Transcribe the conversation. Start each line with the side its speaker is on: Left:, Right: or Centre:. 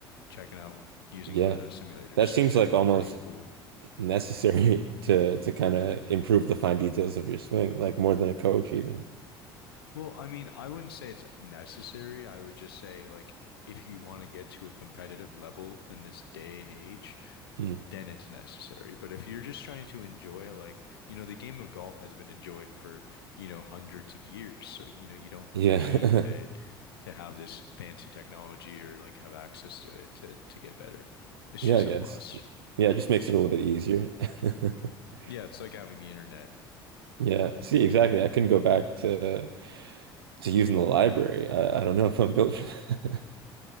Left: checking out using
Right: Yeah.
Left: one of those simulators
Right: That seems
Left: because they're
Right: like almost
Left: pretty cool.
Right: necessary <laughs> to to kind of improve the fine details of your swing, like more than a coach even.
Left: Well, I mean, I wouldn't say it's necessary. I would just say, like, if you want to get to a competitive level in this day and age,
Right: Mm.
Left: then it's necessary. But if you're just trying to enjoy, like, you know, the game of golf has been enjoyed for, you know, hundreds of years. So, you know, you don't
Right: Yeah.
Left: need to
Right: <laughs>
Left: to have this fancy technology or like have access to it to to get better. It's
Right: Yeah,
Left: just
Right: I guess.
Left: a plus.
Right: Yeah, it just makes it a little bit easier. <laughs>
Left: Yeah, it's like having the internet.
Right: Yeah. See, exactly. I couldn't go back to to using the library. I, I don't know if I'm built for that.